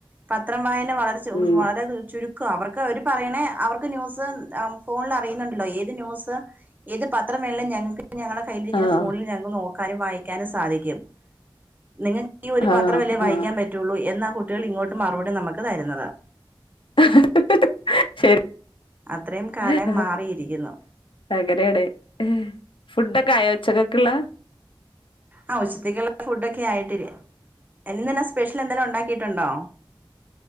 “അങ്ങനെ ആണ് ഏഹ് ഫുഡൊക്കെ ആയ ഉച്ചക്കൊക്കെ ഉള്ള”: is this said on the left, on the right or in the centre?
Left